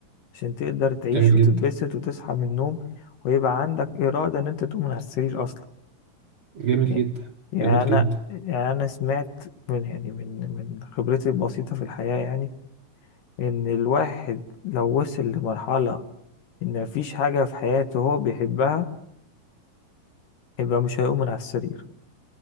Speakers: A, on the left; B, on the right.
A: عشان تقدر تعيش
B: جميل
A: وتتبسط
B: جدا
A: وتصحى من النوم ويبقى عندك اراده ان انت تقوم من على السرير اصلا
B: جميل
A: يعني
B: جدا
A: يعني
B: جميل
A: انا
B: جدا
A: يعني انا سمعت من يعني من من خبرتي البسيطه في الحياه يعني ان الواحد لو وصل لمرحلة ان مفيش حاجة في حياته هو بيحبها يبقى مش هيقوم من على السرير